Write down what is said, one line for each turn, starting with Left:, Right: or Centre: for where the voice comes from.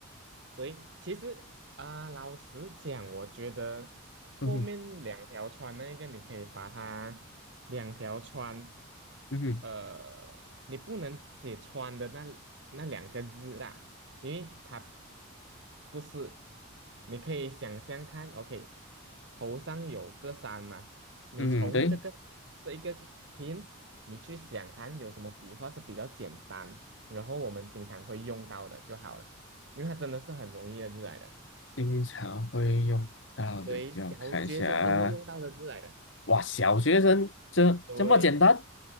Right: 对，其实啊、老实讲，我觉得后面两条穿那个，
Left: 嗯哼，
Right: 你可以把它两条穿，
Left: 嗯哼，
Right: 呃，你不能写穿的那那两个字啦，因为它不是，你可以想象看，OK，头上有个山嘛，你从这个
Left: 嗯哼，对，
Right: 这一个 hint，你去想看有什么笔画是比较简单，然后我们经常会用到的就好了，因为它真的是很容易的字来的，
Left: 经常会用到的，
Right: 对，
Left: 就看一下啊。
Right: 小学生都会用到的字来的，
Left: 哇，小学生这这么简单？
Right: 对，